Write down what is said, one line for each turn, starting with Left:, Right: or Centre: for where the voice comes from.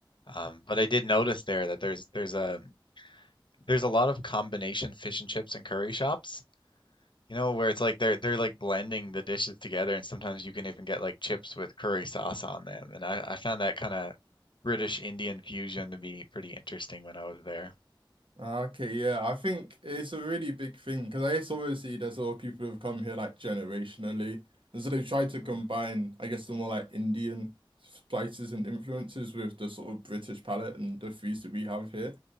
Left: Um, but I did notice there that there's there's a there's a lot of combination fish and chips and curry shops, you know, where it's like they're they're like blending the dishes together, and sometimes you can even get like chips with curry sauce on them. And I, I found that kind of British Indian fusion to be pretty interesting when I was there.
Right: Okay, yeah, I think it's a really big thing because I guess obviously there's a lot of people who've come here like generationally, and so they've tried to combine,
Left: Mm,
Right: I guess, the more like Indian spices and influences with the sort of British palate and the foods that we have here.